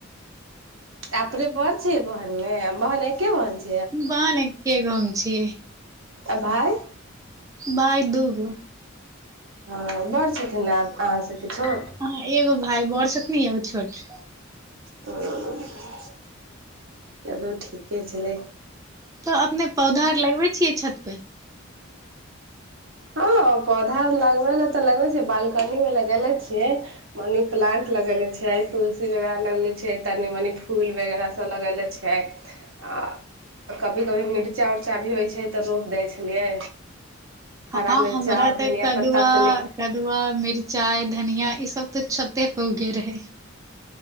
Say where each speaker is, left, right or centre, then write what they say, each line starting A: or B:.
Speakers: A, on the right; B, on the right.
A: अपने बड छीये बहनमे बहन एके बहन छै।
B: बहन एके गो हम छि।
A: आ भाय?
B: भाय दू गो।
A: ह बड़ छथिन आ अहाँ स कि छोट?
B: हँ एगो भाय बौढ़ छथिन्ह एगो छोट।
A: ह चलू ठीके छेलै।
B: तऽ अपने पौधा आर लगबे छियै छत पे?
A: हँ पौधा लगबे ल तऽ लगे छै बालकनी मे लगेले छियै। मनी प्लांट लगेले छियै, तुलसी वगेराह लगेले छियै, तनी मनी फूल वगैरह सब लगेले छियै छियै आ कभी कभी मिर्चा उर्चा भी होइ छै तऽ रोप दै छलियै हरा
B: हँ
A: मिर्चा
B: हमरा तऽ
A: धनिया
B: एकटा कदुआ
A: पत्ता तनी
B: कदुवा, मिरचाइ, धनिया ई सब तऽ छते प उगे रहे।